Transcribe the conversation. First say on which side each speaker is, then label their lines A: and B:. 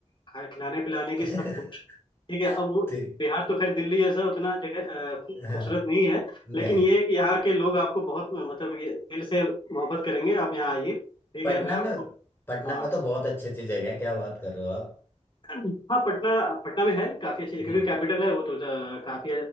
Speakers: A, on the left; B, on the left.
A: खा- खिलाने पिलाने
B: <laughs>
A: की सब कुछ ठीक है अब वो-
B: ठीक
A: बिहार तो खैर दिल्ली जैसा उतना जगह अ, खू-
B: हाँ
A: खूबसूरत नहीं है
B: नहीं
A: लेकिन ये है कि यहाँ के लोग आपको बहुत मतलब ये दिल से मोहब्बत करेंगे आप यहाँ आइए ठीक
B: पटना
A: है मैं आपको
B: में पटना
A: हाँ
B: में तो बहुत अच्छी अच्छी जगह है क्या बात कर रहे हो आप
A: हाँ पटना पटना में है काफी अच्छी क्योंकि
B: हम्म
A: कैपिटल है वो तो ज- काफी